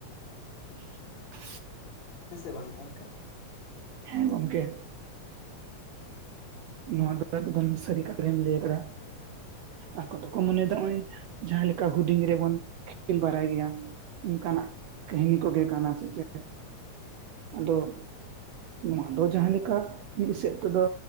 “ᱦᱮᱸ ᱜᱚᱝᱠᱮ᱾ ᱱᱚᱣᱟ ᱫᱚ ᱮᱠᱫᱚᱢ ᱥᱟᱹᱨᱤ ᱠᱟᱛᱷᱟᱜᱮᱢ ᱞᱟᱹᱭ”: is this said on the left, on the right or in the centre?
Right